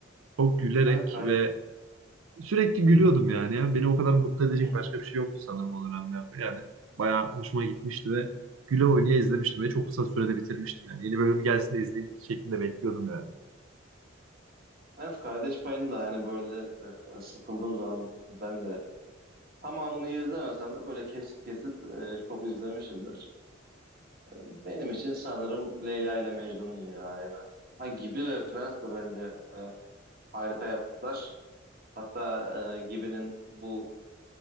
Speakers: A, on the right (about 80°); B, on the right (about 45°).
A: Çok gülerek
B: Evet, kardeş.
A: ve sürekli gülüyordum yani ya. Beni o kadar mutlu
B: <laughs>
A: edecek başka bir şey yoktu sanırım o dönemlerde. Yani bayağı hoşuma gitmişti ve güle oynaya izlemiştim ve çok kısa sürede bitirmiştim yani. Yeni bölüm gelsin de izleyeyim şeklinde bekliyordum yani.
B: Evet, Kardeş Payı'nı da hani böyle e, sıkıldığım zaman ben de tamamını izlemesem de böyle kesit kesit e, çok izlemişimdir. Benim için sanırım Leyla ile Mecnun'un yeri ayrı. Ha Gibi ve Prens de bence e, harika yapıtlar. Hatta e, Gibi'nin bu